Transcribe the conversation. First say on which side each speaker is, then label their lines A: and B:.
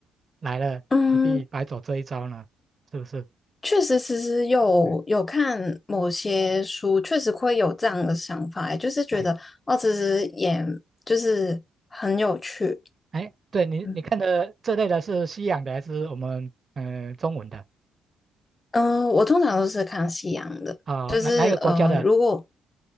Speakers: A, on the right (about 40°); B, on the left (about 25°).
A: 来了，
B: 嗯，
A: 何必白走这一招呢？是不是？
B: 确实，其实有有看某些书，
A: 嗯
B: 确实会有这样的想法欸，就是觉得哦，
A: 哎
B: 其实也就是很有趣。
A: 哎，对你你看的这类的是西洋的还是我们嗯、
B: 嗯
A: 呃中文的
B: 嗯、呃我通常都是看西洋的，
A: 啊、
B: 就是呃，
A: 哪哪一个国家的，
B: 如果